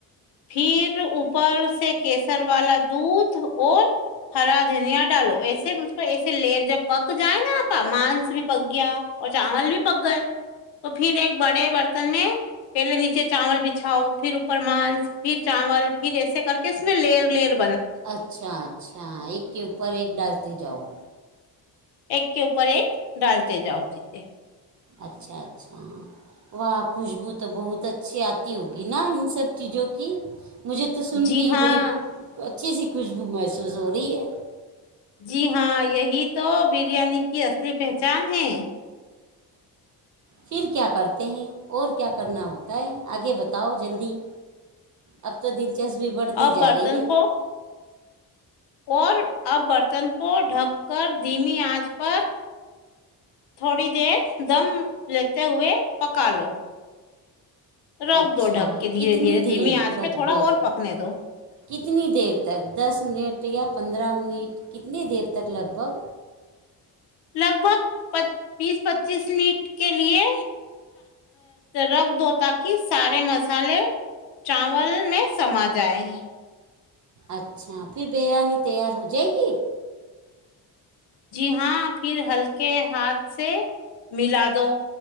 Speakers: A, on the left; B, on the right.
A: پھر اوپر سے کیسر والا دودھ اور ہرا دھنیا ڈالو ایسے مجھ کو ایسے لر جب پک جائے نا آپ مانس بھی پک گیا اور چاول بھی پک گئے تو پھر ایک بڑے برتن میں پہلے نیچے چاول بچھاؤ پھر اوپر مانس پھر چاول پھر ایسے کر کے اس میں لر لر
B: اچھا اچھا ایک کے اوپر ایک ڈالتے جاؤ
A: ایک کے اوپر ایک ڈالتے جاؤ دییے
B: اچھا اچھا واہ خوشبو تو بہت اچھی آتی ہوگی نا ان سب چیزوں کی مجھے تو سن
A: جی
B: کے
A: ہاں
B: بڑی اچھی سی خوشبو محسوس ہو رہی ہے
A: جی ہاں یہی تو بریانی کی اصلی پہچان ہے
B: پھر کیا کرتے ہیں اور کیا کرنا ہوتا ہے آگے بتاؤ جلدی اب تو دل دلچسپی بڑھتی
A: اب
B: جا
A: برتن
B: رہی ہے
A: کو اور اب برتن کو ڈھک کر دھیمی آنچ پر تھوڑی دیر دم لیتے ہوئے پکا لو رکھ
B: اچھا
A: دو ڈھک کے دھیرے
B: کتنی
A: دھیرے
B: دیر
A: دھیمی آنچ
B: لگ
A: پہ تھوڑا
B: بھگ
A: اور پکنے دو
B: کتنی دیر تک دس منٹ یا پندرہ منٹ کتنی دیر تک لگ بھگ
A: لگ بھگ بیس پچیس منٹ کے لیئے رکھ دو تاکہ سارے مسالے چاول میں سما جائے
B: اچھا پھر بریانی تیار ہو جائے گی
A: جی ہاں پھر ہلکے ہاتھ سے ملا دو